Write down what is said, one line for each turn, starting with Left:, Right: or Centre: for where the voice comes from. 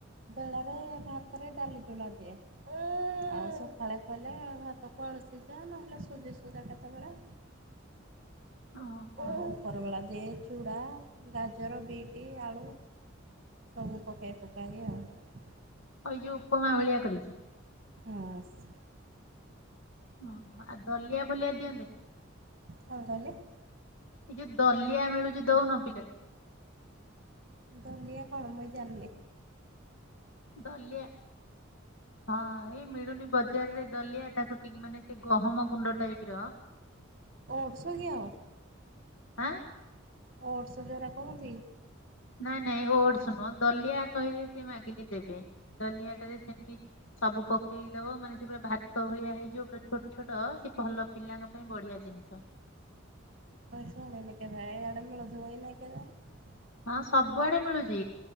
Right: ବେଳରେ ଭାତରେ ଡାଲି ଡୋଳା ଦିଏ ଆଉ ସଖାଳେ କଲେ ଭାତ ଆଳୁସିଜା ନହେଲେ ସୁଜିସୁଜା କେତେବେଳେ।
Left: <inaudible> ଓହୋ
Right: ଉପରବେଳା ଦିଏ ଚୁଡ଼ା, ଗାଜର, ବିଟି, ଆଳୁ ସବୁ ପକେଇ ପୁକାକି ଆଉ।
Left: ଏଯୋଉ ଉପମା ଭଳିଆ କରିକି।
Right: ଅଁ ସ।
Left: ଓହୋ ଆଉ ଦଲିଆ ଫଲିଆ ଦିଅନ୍ତିନି।
Right: କଁ କହିଲେ?
Left: ଏଇ ଯୋଉ ଦଲିଆ ମିଳୁଚି ଦଉନ ପିଲାକୁ?
Right: ଦଲିଆ କଣ ମୁଁ ଜାଣନି?
Left: ଦଲିଆ ହଁ ଏଇ ମିଳୁନି ବଜାରରେ ଦଲିଆ। ତାକୁ ଟିକ ମାନେ ସେ ଗହମ ଗୁଣ୍ଡ ଟାଇପର
Right: ଓଟ୍ସ କି ଆଉ,
Left: ଆଁ
Right: ଓଟ୍ସ୍ ଯୋଉରା କୁହନ୍ତି।
Left: ନାଇଁ ନାଇଁ ଓଟ୍ସ୍ ନୁହଁ ଦଲିଆ କହିଲେ ସେ ମାଗିଲେ ଦେବେ, ଦଲିଆଟାରେ ସେମତି ସବୁ ପକେଇ ଦବ ମାନେ ସେ ପୁରା ଭାତ ଭଳିଆ ହେଇଯିବ, ପୁରା ଛୋଟ ଛୋଟ ସେ ଭଲ ପିଲାଙ୍କ ପାଇଁ ବଢିଆ ଜିିନ ଷ।
Right: ମୁଁ ଶୁଣିନି କେଭେ ଏଇଆଡ଼େ ମିଳୁଥିବ କି ନାହିଁ କେଜାଣି।
Left: ହଁ ସବୁଆଡେ ମିଳୁଚି